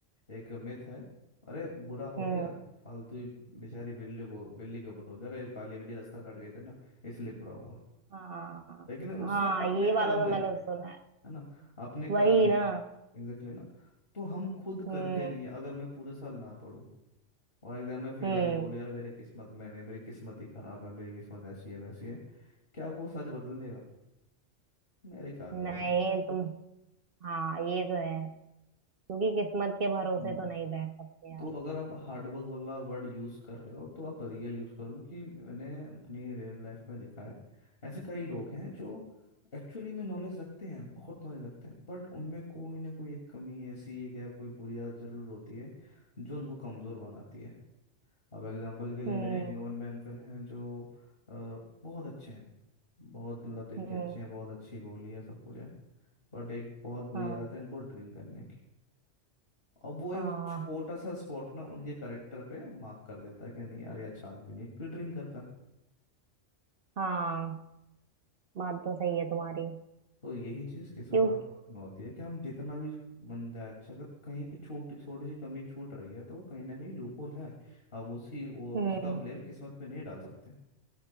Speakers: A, on the left (about 50°); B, on the right (about 55°).
A: एक मिथ है अरे बुरा हो
B: हम्म
A: गया फालतू ही बेचारी बिल्ली को बिल्ली के ऊपर थोप दिया अरे काली बिल्ली रास्ता काट गई थी ना इसलिए बुरा हुआ
B: हाँ
A: लेकिन
B: हाँ
A: उसने अपने
B: ये
A: कर्म
B: वाला
A: नहीं
B: तो मैंने
A: देखे
B: सुना है
A: है ना अपने कर्म
B: वही
A: नहीं
B: ना
A: देखे एग्जैक्टली ना तो हम खुद
B: हम्म
A: करते नहीं अगर मैं पूरे साल ना पढूं और एग्जाम में फेल
B: हम्म
A: हो गया बोलो यार मेरे किस्मत में नहीं मेरी किस्मत ही खराब है मेरी किस्मत ऐसी है वैसी है क्या वो सच बदल देगा मेरे ख्याल
B: नहीं
A: में तो नहीं
B: तुम हाँ ये तो है क्योंकि किस्मत के भरोसे
A: तो
B: तो नहीं बैठ सकते यार
A: तो अगर आप हार्डवर्क वाला वर्ड यूज़ कर रहे हो तो आप रियल यूज़ करो क्योंकि मैंने अपनी रियल लाइफ में देखा है ऐसे कई लोग हैं जो एक्चुअली में नॉलेज रखते हैं बहुत नॉलेज रखते हैं बट उनमें कोई ना कोई एक कमी ऐसी है क्या कोई बुरी आदत जरूर होती है जो उनको कमज़ोर बनाती है अब एग्जांपल के लिए
B: हम्म
A: मेरे एक नॉन में अंकल हैं जो अ, बहुत अच्छे हैं बहुत मतलब दिल
B: हम्म
A: के अच्छे हैं बहुत अच्छी बोली है सब कुछ है बट एक बहुत बुरी
B: हाँ
A: आदत है इनको ड्रिंक करने की और वो एक
B: हाँ
A: छोटा सा स्पॉट ना उनके करेक्टर पे मार्क कर देता है कि नहीं यार ये अच्छा आदमी नहीं है, क्यों ड्रिंक करता है
B: हाँ बात तो सही है तुम्हारी
A: तो यही चीज किस्मत
B: क्यों
A: और हाथ में होती है कि हम जितना भी बन जाए अच्छा अगर कहीं पे छोटी छोटी सी कमी छूट रही है तो वो कहीं ना कहीं लूपहोल है हम उसकी वो
B: हम्म
A: उसका ब्लेम किस्मत पे नहीं डाल सकते